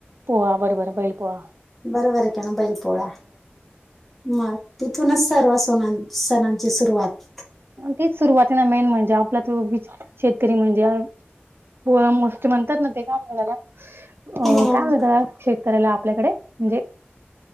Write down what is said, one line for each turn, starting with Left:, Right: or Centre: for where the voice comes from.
Right: पोळा बरोबर बैल पोळा.
Centre: बरोबर आहे की ना बैल पोळा मग तिथूनच सर्व सु सणांन हो सणांची सुरूवात.
Right: तीच सुरुवातीना मेन म्हणजे आपला तो बीच शेतकरी आ म्हणजे पोळा मो ते म्हणतात ना ते काय झालं अ
Centre: मग
Right: काय म्हणतात हे करायला आपल्याकडे म्हणजे